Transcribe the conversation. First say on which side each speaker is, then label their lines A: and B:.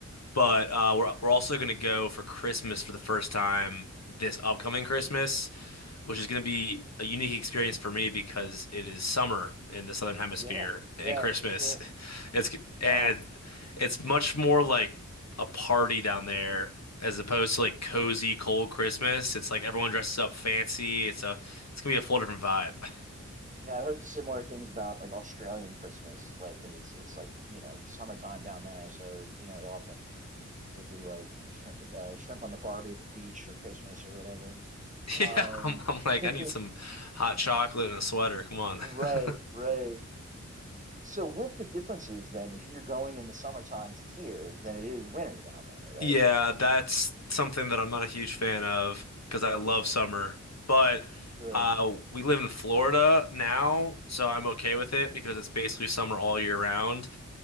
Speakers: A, on the left; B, on the right.
A: But uh, we're we're also gonna go for Christmas for the first time this upcoming Christmas, which is gonna be a unique experience for me because it is summer in the Southern Hemisphere
B: Yeah. Yeah,
A: and Christmas,
B: for sure.
A: <laughs> it's and
B: Wow.
A: it, it's much more like a party down there as opposed to like cozy cold Christmas. It's like everyone dresses up fancy. It's a it's gonna be a full different vibe. <laughs>
B: Yeah, I heard similar things about like Australian Christmas, like 'cause it's it's like, you know, summertime down there, so you know, often you'll do like shrimp uh, shrimp on the Barbie at the beach for Christmas or whatever. Um,
A: Yeah, I'm, I'm like
B: <laughs>
A: I need some hot chocolate and a sweater. Come on.
B: right,
A: <laughs>
B: right. So with the differences then, if you're going in the summer times here, then it is winter down there, right?
A: Yeah, that's something that I'm not a huge fan of because I love summer. But
B: Sure.
A: uh, we live in Florida now, so I'm okay with it because it's basically summer all year round.